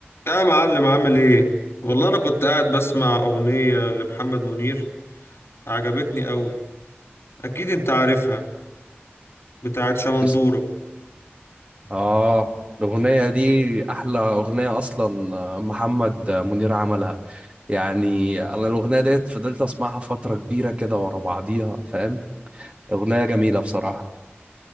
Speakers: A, on the left (about 75°); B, on the right (about 30°).
A: يا معلم عامل ايه؟ والله انا كنت قاعد بسمع اغنية لمحمد منير عجبتني قوي اكيد انت عارفها بتاعت شمندورة
B: است- اه الأغنية دي أحلى أغنية أصلا آه، محمد منير عملها يعني أنا الأغنية ديت فضلت أسمعها فترة كبيرة كده ورا بعضيها فاهم أغنية جميلة بصراحة